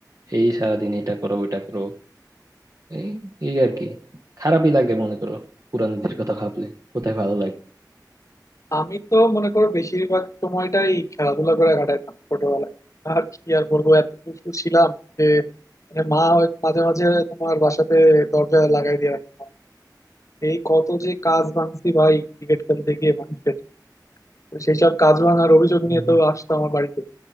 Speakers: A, on the right (about 50°); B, on the left (about 45°).
A: এই সারা দিন এটা করো ওটা করো এই এই আর কি খারাপই লাগে মনে করো পুরানো দিনের কথা ভাবলে কোথায় ভালো
B: আমি তো মনে করো বেশিরভাগ সময়টাই খেলাধুলা করে কাটাইতাম ছোটবেলায় আর কি আর বলবো এত দুষ্টু ছিলাম যে মানে মা হয়- মাঝে মাঝে তোমার বাসাতে দরজা লাগাই দিয়ে রাখতাম এই কত যে কাজ ভাঙছি ভাই ক্রিকেট খেলতে গিয়ে মানুষের তো সেই সব কাজ ভাঙার অভিযোগ নিয়ে
A: লাগবে
B: তো আসতো আমার বাড়িতে